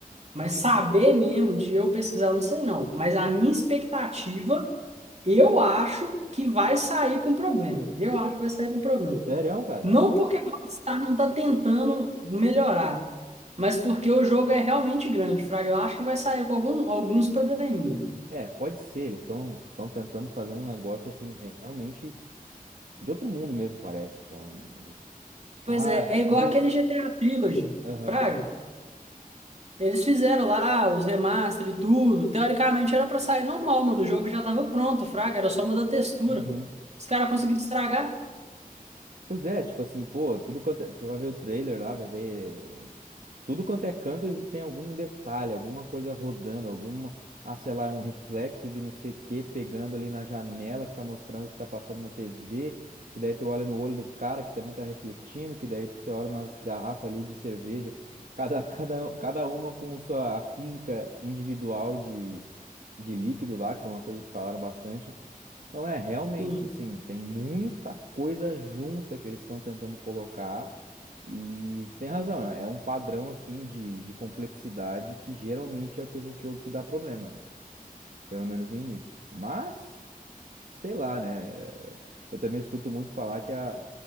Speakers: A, on the right (about 45°); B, on the right (about 70°).
A: Mas saber mesmo de eu pesquisar, eu não sei não. Mas a minha expectativa, eu acho que vai sair com problema. Eu acho que vai sair com problema.
B: Sério, cara?
A: Não porque a Rockstar não tá tentando melhorar, mas porque o jogo é realmente grande, Fraga. Eu acho que vai sair com algum- alguns probleminhas.
B: É, pode ser. Eles estão estão tentando fazer um negócio assim, realmente de outro mundo mesmo, parece. Então, ah,
A: Pois é,
B: é
A: é
B: tudo.
A: igual aquele GTA Trilogy,
B: Aham.
A: Fraga. Eles fizeram lá os remaster e tudo. Teoricamente era pra sair normal, mano. O jogo já tava pronto, Fraga. Era só mudar a textura.
B: Uhum.
A: Os caras conseguiram estragar.
B: Pois é, tipo assim, pô, tudo quanto é- você vai ver o trailer lá, vai ver tudo quanto é canto exi- tem algum detalhe, alguma coisa rodando, alguma, ah, sei lá, é um reflexo de não sei o que pegando ali na janela que tá mostrando o que tá passando na TV, que daí tu olha no olho do cara que também tá refletindo, que daí você olha nas garrafas ali de cerveja, cada, <laughs> cada, cada uma com sua a física individual de, de líquido lá, que foi uma coisa que falaram bastante. Então é realmente
A: Sim.
B: assim, tem muita coisa junta que eles estão tentando colocar e você tem razão, é um padrão assim de, de complexidade que geralmente é o que a gente ouve que dá problema, né? Pelo menos no início. Mas, sei lá, né? Eu também escuto muito falar que a,